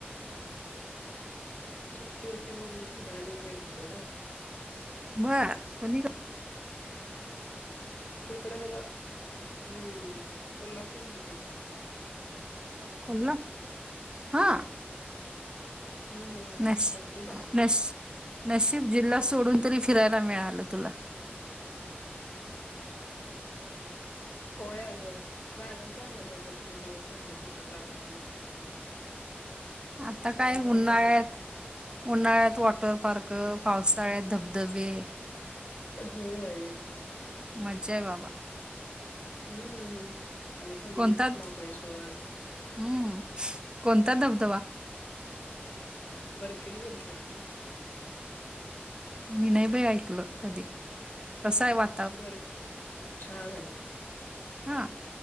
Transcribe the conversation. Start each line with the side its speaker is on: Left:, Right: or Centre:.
Left: सुट्टी होती म्हणून फिरायला गेलते ग.
Right: बर. कोणी कडे?
Left: इकड हयेला. हम्म. कोल्हापुर मध्ये.
Right: <unintelligible> हा.
Left: हम्म
Right: नश
Left: धबधबा
Right: नश नशिब जिल्हा सोडून तरी फिरायला मिळालं तुला.
Left: होय अगं. जाण- झालं नाही. आता किती दिवस झालं कुठं बाहेर आणि.
Right: आता
Left: त्यामुळे
Right: काय उन्हाळ्यात-
Left: मग
Right: उन्हाळ्यात वॉटर पार्क, पावसाळ्यात धबधबे.
Left: होय.
Right: मज्जाय बाबा.
Left: हम्म. आणि थंडीत
Right: कोणता
Left: महाबळेश्वर.
Right: हम्म. कोणता धबधबा?
Left: बरकिल गेलतो.
Right: मी नाही बाई ऐकलं कधी. कसाय वा-
Left: बरकी? छान ए.
Right: हा?